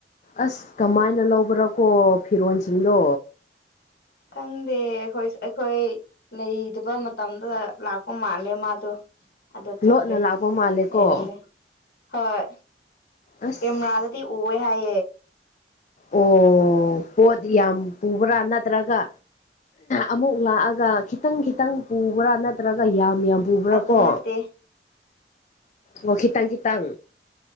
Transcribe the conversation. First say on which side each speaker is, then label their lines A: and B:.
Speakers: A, on the left (about 40°); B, on the left (about 55°).
A: ꯑꯁ ꯀꯃꯥꯏꯅ ꯂꯧꯕꯔꯥꯀꯣ ꯐꯤꯔꯣꯜꯁꯤꯡꯗꯣ
B: ꯈꯪꯗꯦ ꯑꯩꯈꯣꯏ ꯑꯩꯈꯣꯏ ꯂꯩꯇꯕ ꯃꯇꯝꯗꯨꯗ ꯂꯥꯛꯄ ꯃꯥꯜꯂꯦ ꯃꯥꯗꯣ ꯑꯗꯠ
A: ꯂꯣꯠꯅ
B: ꯆꯈ꯭ꯔꯤ
A: ꯂꯥꯛꯄ ꯃꯥꯜꯂꯦꯀꯣ
B: ꯂꯩꯔꯝꯗꯦ ꯍꯣꯏ
A: ꯑꯁ
B: ꯀ ꯔꯗꯗꯤ ꯎꯦ ꯍꯥꯏ
A: ꯑꯣ ꯄꯣꯗꯤ ꯌꯥꯝ ꯄꯨꯕ꯭ꯔꯥ ꯅꯠꯇ꯭ꯔꯒ ꯑꯃꯨꯛ ꯂꯥꯛꯑꯒ ꯈꯤꯇꯪ ꯈꯤꯇꯪ ꯄꯨꯕ꯭ꯔꯥ ꯅꯠꯇ꯭ꯔꯒ ꯌꯥꯝ ꯌꯥꯝ ꯄꯨꯕ꯭ꯔꯥ
B: ꯑꯗꯨ
A: ꯀꯣ
B: ꯅꯠꯇꯦ
A: ꯑꯣꯈꯤꯇꯪ ꯈꯤꯇꯪ